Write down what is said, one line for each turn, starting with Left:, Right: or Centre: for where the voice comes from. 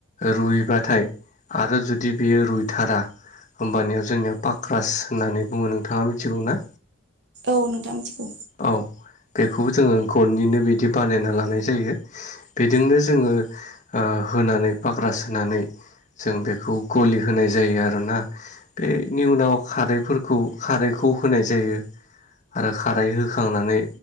Left: रुइबाथाय आरो जुदि बेयो रुइथारा होमबानिया जोंनियाव पाक्रास होननानै बुङो। नोंथाङा मिथिगौ ना!
Right: औ नोंथां मिथिगौ।
Left: औ, बेखौबो जोङो गननिनो बिदि बानायना लानाय जायो। बेजोंनो जोङो होनानै फाग्रास होनानै जों बेखौ गलि होनाय जायो आरोना। बेनि उनाव खारैफोरखौ खारैखौ होनाय जायो। आरो खारै होखांनानै